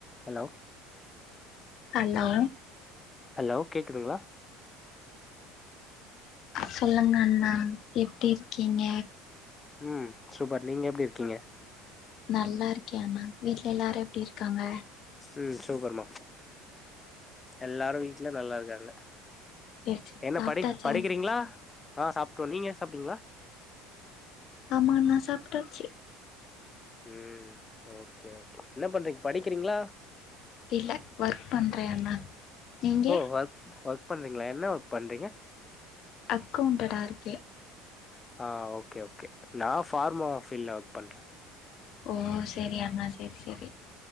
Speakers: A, on the left; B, on the left.
A: Hello
B: hello
A: hello கேக்குதுங்ளா?
B: சொல்லுங்க அண்ணா எப்டி இருக்கீங்க?
A: ம் சூப்பர் நீங்க எப்டி இருக்கீங்க?
B: நல்லாருக்கே அண்ணா வீட்ல எல்லாரு எப்டி இரு க்காங்க?
A: ம் சூப்பர்மா எல்லாரு வீட்ல நல்லாருக்காங்க
B: சேரி சேரி
A: என்ன
B: சாப்ட்டாச்சா
A: படி படிக்கிறீங்ளா? ஆ சாப்ட்டோ நீங்க சாப்டிங்ளா?
B: ஆமாண்ணா சாப் டாச்சு
A: ம் ஓகே ஓகே என்ன பண்றீங்க படிக்கிறீங்ளா?
B: இல்ல ஒர்க் பண்றே அண்ணா நீங்க
A: ஓ ஒர்க் ஒர்க் பண்றீங்ளா என்ன ஒர்க் பண்றீங்க?
B: அக்கவுண்டடா இருக்கே
A: ஆ ஓகே ஓகே நா ஃபார்மா ஃபீல்ட்ல ஒர்க் பண்றே
B: ஓ சேரி அண்ணா செரி செரி